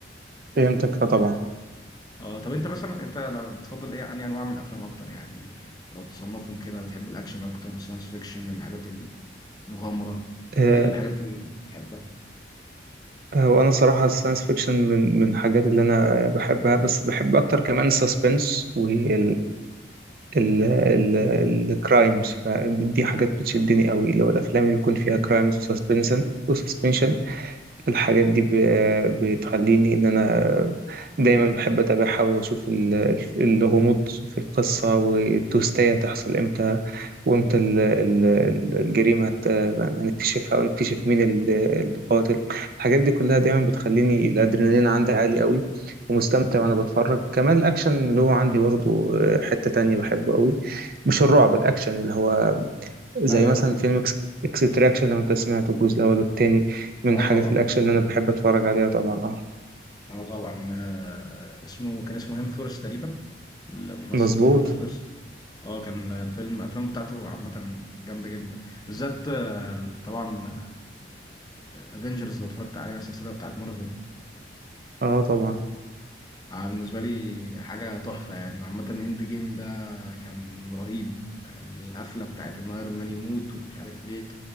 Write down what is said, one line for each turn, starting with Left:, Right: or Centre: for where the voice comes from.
Right: فهمتك فطبعا
Left: اه طب انت مثلا انت لو بتفضل ايه انهي انواع من الافلام اكتر يعني لو تصنفهم كده بتحب الاكشن اكتر الساينس فيكشن الحاجات المغامره
Right: آه،
Left: ايه الحاجات اللي بتحبها
Right: هو انا صراحه الساينس فيكشن من من الحاجات اللي انا بحبها بس بحب اكتر كمان السسبنس وال ال ال الكرايمز فدي دي حاجات بتشدني قوي اللي هو الافلام اللي بيكون فيها كرايمز وسسبنشن الحاجات دي ب- بتخليني إن أنا دايما بحب أتابعها وأشوف ال- ال- الغموض في القصة والتوستاية هتحصل إمتى وإمتى ال- ال- ال- الجريمة هت- هنكتشفها ونكتشف مين ال- القاتل الحاجات دي كلها دايما بتخليني الأدرينالين عندي عالي قوي ومستمتع وأنا بتفرج كمان الأكشن اللي هو عندي برضه حتة تانية بحبه قوي مش الرعب الأكشن اللي هو زي
Left: ايوه
Right: مثلا
Left: فاهم
Right: فيلم اكس اكستراكشن لو انت سمعته الجزء الاول والتاني من
Left: اه
Right: حاجات
Left: طبعا
Right: الاكشن اللي انا بحب اتفرج عليها طبعا اه
Left: اه طبعا آه، اسمه كان اسمه هيمثورث تقريبا الممثل
Right: مظبوط
Left: توم هيمثورث اه كان الفيلم الافلام بتاعته عامه جامده جدا بالذات آه، طبعا افنجرز لو اتفرجت عليها السلسله بتاعت مارفل
Right: اه طبعا
Left: آه، بالنسبة لي حاجة تحفة يعني وعامة اند جيم ده كان رهيب القفلة بتاعت ان ايرون مان يموت ومش عارف ايه